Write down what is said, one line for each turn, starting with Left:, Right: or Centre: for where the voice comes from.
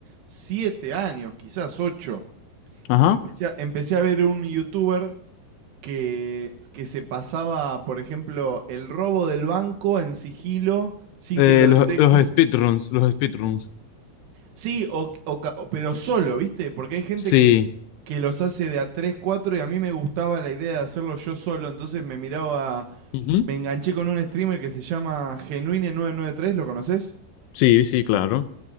Right: siete años, quizás ocho,
Left: Ajá.
Right: empecé a, empecé a ver un youtuber que, que se pasaba, por ejemplo, el robo del banco en sigilo sin
Left: Eh,
Right: que lo detecte.
Left: los, los speedruns, los speedruns.
Right: Sí, o, o ca- o- pero solo, ¿viste? Porque hay gente
Left: Sí.
Right: que, que los hace de a 3, 4 y a mí me gustaba la idea de hacerlo yo solo, entonces me miraba,
Left: Ujú.
Right: me enganché con un streamer que se llama Genuine993, ¿lo conoces?
Left: Sí, sí, claro.